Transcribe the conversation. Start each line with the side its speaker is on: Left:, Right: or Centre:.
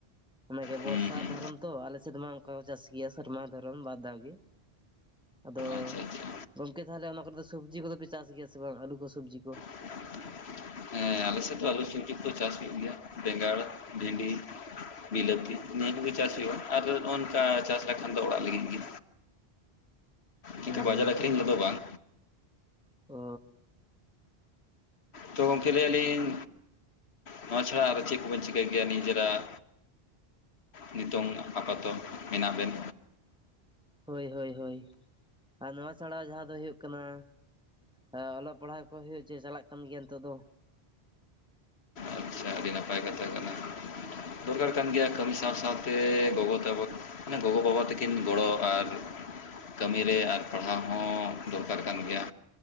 Centre: ᱚᱱᱟᱜᱮ
Left: ᱦᱩᱸ
Centre: ᱵᱚᱨᱥᱟ
Left: ᱦᱩᱸ
Centre: ᱫᱷᱚᱨᱚᱱ ᱛᱚ ᱟᱞᱮ ᱥᱮᱫ ᱢᱟ, ᱚᱱᱠᱟ ᱠᱚ ᱪᱟᱥ ᱜᱤᱭᱟ ᱥᱮᱨᱢᱟ ᱫᱷᱚᱨᱚᱢ ᱵᱟᱫᱽ ᱫᱷᱟᱣ ᱜᱮ᱾ ᱟᱫᱚ
Left: ᱟᱪᱪᱷᱟ ᱟᱪᱪᱷᱟ
Centre: ᱜᱚᱢᱠᱮ ᱛᱟᱦᱚᱞᱮ ᱚᱱᱟ ᱠᱚᱨᱮ ᱫᱚ ᱥᱚᱵᱡᱤ ᱠᱚᱫᱚ ᱯᱮ ᱪᱟᱥ ᱜᱮᱭᱟ ᱥᱮ ᱵᱟᱝ ᱟᱞᱩ ᱠᱚ ᱥᱚᱵᱡᱤ ᱠᱚ?
Left: <inaudible> ᱦᱮᱸ ᱟᱞᱮ ᱥᱮᱫ ᱫᱚ ᱟᱞᱩ ᱥᱚᱵᱡᱤ ᱫᱚ ᱪᱟᱥ ᱦᱩᱭᱩᱜ ᱜᱮᱭᱟ ᱵᱮᱸᱜᱟᱲ, ᱵᱷᱤᱰᱤ, ᱵᱤᱞᱟᱹᱛᱤ ᱱᱤᱭᱟᱹ ᱠᱚᱜᱮ ᱪᱟᱥ ᱦᱩᱭᱩᱜᱼᱟ ᱟᱨ ᱱᱚᱜ ᱱᱚᱝᱠᱟ ᱪᱟᱥ ᱞᱮᱠᱷᱟᱱ ᱫᱚ ᱚᱲᱟᱜ ᱞᱟᱹᱜᱤᱫ ᱜᱮ᱾ ᱪᱮᱠᱟ
Centre: ᱦᱮᱸ
Left: ᱵᱟᱡᱟᱨ ᱟᱹᱠᱷᱨᱤᱧ ᱩᱱᱟᱹᱜ ᱫᱚ ᱵᱟᱝ᱾
Centre: ᱳ᱾
Left: ᱛᱚ ᱜᱚᱝᱠᱮ ᱞᱟᱹᱭᱟᱞᱤᱧ ᱱᱚᱣᱟ ᱪᱷᱟᱲᱟ ᱟᱨ ᱪᱮᱫ ᱠᱚᱵᱮᱱ ᱪᱤᱠᱟᱹᱭ ᱜᱮᱭᱟ ᱱᱤᱡᱮᱨᱟᱜ? ᱱᱤᱛᱚᱝ ᱟᱯᱟᱛᱚᱛᱚ ᱢᱮᱱᱟᱜ ᱵᱮᱱ᱾
Centre: ᱦᱳᱭ ᱦᱳᱭ ᱦᱳᱭ ᱟᱨ ᱱᱚᱣᱟ ᱪᱷᱟᱲᱟ ᱡᱟᱦᱟᱸ ᱫᱚ ᱦᱩᱭᱩᱜ ᱠᱟᱱᱟ, ᱦᱮ ᱚᱞᱚᱜ ᱯᱟᱲᱦᱟᱜ ᱠᱚ ᱦᱩᱭᱩᱜ ᱪᱮ ᱪᱟᱞᱟᱜ ᱠᱟᱱ ᱜᱮᱭᱟ ᱱᱤᱛᱚᱜ ᱫᱚ᱾
Left: ᱟᱪᱪᱷᱟ ᱟᱹᱰᱤ ᱱᱟᱯᱟᱭ ᱠᱟᱛᱷᱟ ᱠᱟᱱᱟ᱾ ᱫᱚᱨᱠᱟᱨ ᱠᱟᱱ ᱜᱮᱭᱟ ᱠᱟᱹᱢᱤ ᱥᱟᱶ ᱥᱟᱶᱛᱮ ᱜᱚᱜᱚ ᱛᱟᱵᱚ, ᱢᱟᱱᱮ ᱜᱚᱜᱚᱼᱵᱟᱵᱟ ᱛᱟᱹᱠᱤᱱ ᱜᱚᱲᱚ ᱟᱨ ᱠᱟᱹᱢᱤᱨᱮ ᱟᱨ ᱯᱟᱲᱦᱟᱣ ᱦᱚᱸ ᱫᱚᱨᱠᱟᱨ ᱠᱟᱱ ᱜᱮᱭᱟ᱾